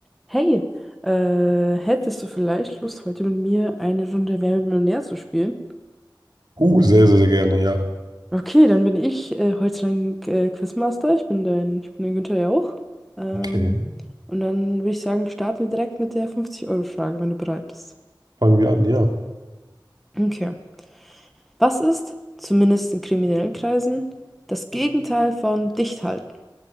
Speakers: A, in the centre; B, on the right (about 60°).
A: Hey, äh, hättest du vielleicht Lust, heute mit mir eine Runde Wer wird Millionär zu spielen?
B: Uh, sehr, sehr, sehr gerne, ja.
A: Okay, dann bin ich äh, heute dein äh, Quizmaster. Ich bin dein, ich bin der Günther ja auch. Ähm,
B: Okay,
A: und dann würde ich sagen, starten wir direkt mit der 50-Euro-Frage, wenn du bereit bist.
B: fangen wir an, ja.
A: Okay. Was ist, zumindest in kriminellen Kreisen, das Gegenteil von dicht halten?